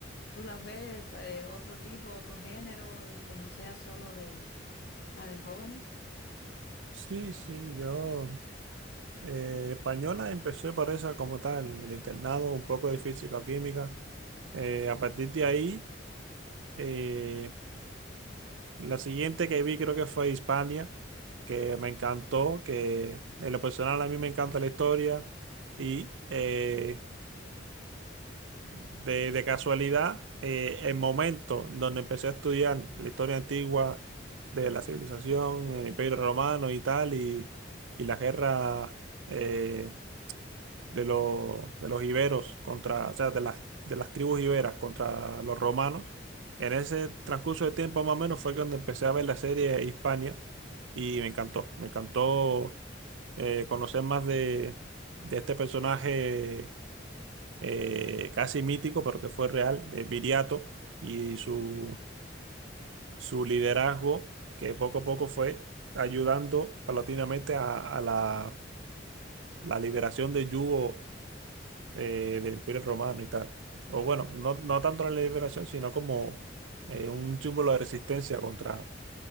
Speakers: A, on the left; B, on the right.
A: ¿Tú las ves eh, otro tipo, otro género, de que no sea solo de la de jóvenes?
B: Sí, sí, yo eh, española empecé por esa como tal, el internado, un poco de física o química. Eh, a partir de ahí, eh, la siguiente que vi creo que fue Hispania, que me encantó, que en lo personal a mí me encanta la historia y eh, De, de casualidad, eh, el momento donde empecé a estudiar la historia antigua de la civilización, el imperio romano y tal, y, y las guerras eh, de, los de los iberos contra, o sea, de las, de las tribus iberas contra los romanos, en ese transcurso de tiempo más o menos fue cuando empecé a ver la serie Hispania y me encantó, me encantó eh, conocer más de, de este personaje eh, casi mítico, pero que fue real, de Viriato y su, su liderazgo, que poco a poco fue ayudando paulatinamente a, a la, la liberación de Yugo eh, del Imperio Romano y tal. O bueno, no, no tanto la liberación, sino como eh, un símbolo de resistencia contra